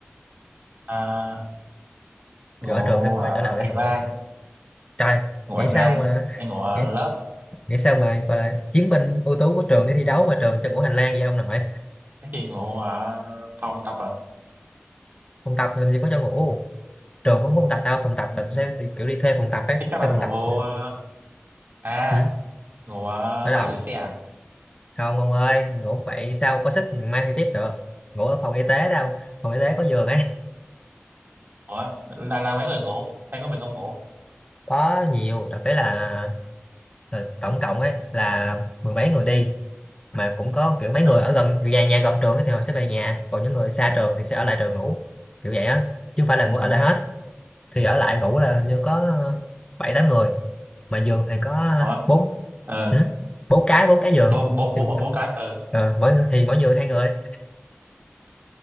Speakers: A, on the right (about 45°); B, on the left (about 25°).
A: à, ngủ
B: kiểu ở trường sẽ có
A: ở
B: chỗ nào để
A: hành
B: ngủ
A: lang
B: trời
A: ngủ
B: nghĩ
A: hành
B: sao
A: lang
B: mà
A: hay ngủ
B: <laughs>
A: ở
B: nghĩ,
A: lớp
B: nghĩ sao mà gọi là chiến binh ưu tú của trường đi thi đấu mà trường cho ngủ hành lang vậy ông nội
A: cái thì ngủ ở phòng tập à
B: không tập làm gì có chỗ ngủ trường cũng không tập đâu phòng tập
A: ừ.
B: là tôi sẽ kiểu đi thuê phòng tập ấy
A: thế các
B: thuê
A: bạn
B: phòng
A: ngủ
B: tập ừ.
A: ờ, à
B: Ừ.
A: ngủ ở
B: ở
A: bãi
B: đâu
A: gửi xe à
B: không ông ơi ngủ vậy sao có sức mai thi tiếp được ngủ ở phòng y tế đâu phòng y tế có giường ấy
A: ủa là là mấy người ngủ hay có mình không ngủ
B: có nhiều đặc biệt là là tổng cộng ấy là mười mấy người đi mà cũng có kiểu mấy
A: Ờ,
B: người ở gần nhà nhà gần trường ấy, thì họ sẽ về nhà còn những người xa trường thì sẽ ở lại trường ngủ kiểu vậy á chứ không phải là
A: ừ
B: ngủ ở lại hết thì ở lại ngủ là hình như có bảy tám người mà giường thì có
A: ủa
B: bốn
A: ờ
B: ừ. bốn cái bốn cái giường
A: bốn bốn bốn
B: thì
A: bốn cái ờ
B: ờ, mỗi thì mỗi giường hai người